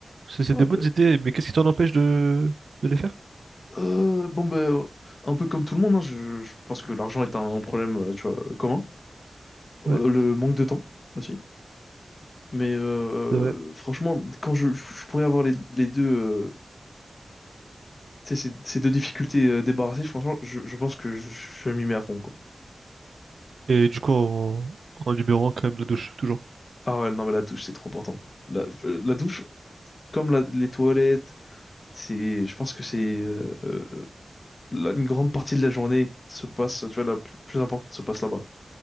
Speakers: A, on the right; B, on the left.
A: C'est c'est
B: Ah
A: des
B: bah,
A: bonnes idées, mais qu'est-ce qui t'en empêche de, de les faire?
B: euh, bon bah, un peu comme tout le monde, hein, je, je pense que l'argent est un problème, euh, tu vois, commun.
A: Ouais,
B: Euh, le manque de temps aussi. Mais euh,
A: c'est vrai.
B: franchement, quand je, je pourrais avoir les, les deux, euh, Tu sais, ces, ces deux difficultés euh, débarrassées, franchement, je, je pense que je, je m'y mets à fond, quoi.
A: Et du coup, en, en numérant quand même la douche, toujours.
B: Ah ouais, non, mais la douche, c'est trop important. La, euh, la douche, comme la- les toilettes, c'est, je pense que c'est euh, euh, la- une grande partie de la journée qui se passe, tu vois, la plus plus importante se passe là-bas.